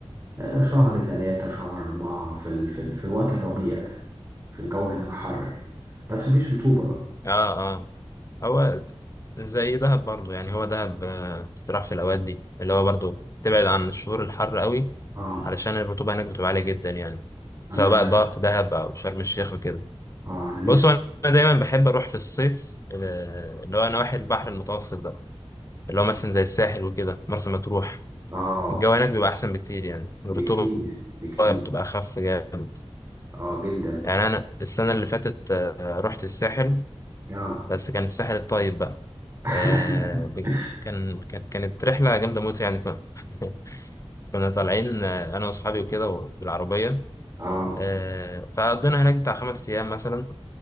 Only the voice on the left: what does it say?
اه اه هو زي دهب برضو يعني هو دهب آه، بتتراح في الأوقات دي اللي هو برضو تبعد عن الشهور الحر قوي
علشان الرطوبة هناك بتبقى عالية جدا يعني
سواء بقى ده- دهب أو شرم الشيخ وكده
بص هو أنا دايما بحب أروح في الصيف آه، اللي هو نواحي البحر المتوسط ده اللي هو مثلا زي الساحل وكده مرسى مطروح
الجو هناك بيبقى أحسن بكتير يعني
الرطوبة
بتبقى أخف جامد
يعني أنا السنة اللي فاتت آه، رحت الساحل
بس كان الساحل الطيب بقى
آه ب- كان كان- كانت رحلة جامدة موت يعني كنا <laughs> كنا طالعين آه، أنا وأصحابي وكده بالعربية
آه فقضينا هناك بتاع خمس أيام مثلا